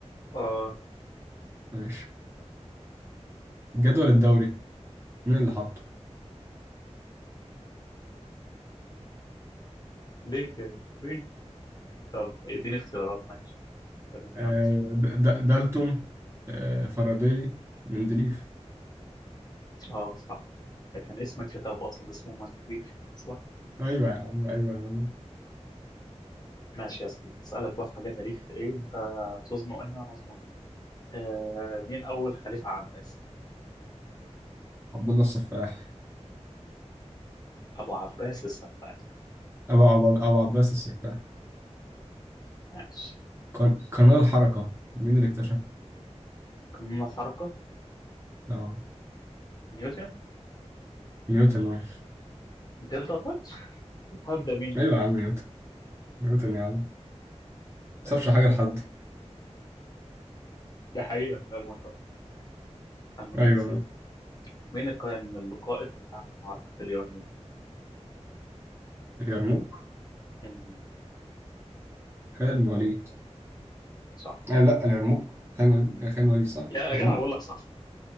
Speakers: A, on the left; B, on the right.
A: آه
B: ماشي الجدول الدوري مين اللي حاطه؟
A: ليه كده؟ ليه؟ طب اديني اختيارات ماشي اختيارات
B: آه،
A: يا عم
B: د- د- دالتون آه، فاراداي مندليف
A: اه صح ده كان اسم الكتاب أصلا اسمه مندليف صح
B: ايوه يا عم ايوه يا عم
A: ماشي يا سيدي أسألك بقى في حاجة تاريخ إيه أنت تزنق هنا أنا أزنق هنا آه مين أول خليفة عباسي؟
B: عبد الله السفاح
A: أبو عباس السفاح
B: ابو ابو ابو عباس السفاح
A: ماشي
B: قان- قانون الحركه مين اللي اكتشفه؟
A: قانون الحركة
B: اه
A: نيوتن
B: نيوتن آه.
A: بجد والله <laughs> هبدأ مني
B: ايوه يا عم نيوتن نيوتن يا عم ما سابش
A: ماشي
B: حاجه لحد
A: ده حقيقة فعلا ما شاء الله أنا
B: ايوه
A: عايز مين كان القائد بتاع معركة اليرموك
B: اليرموك
A: أمم،
B: خالد بن الوليد
A: صح
B: آه لا اليرموك خالد بن الوليد- خالد بن الوليد صح
A: يا
B: اليرموك
A: جدع بقول لك صح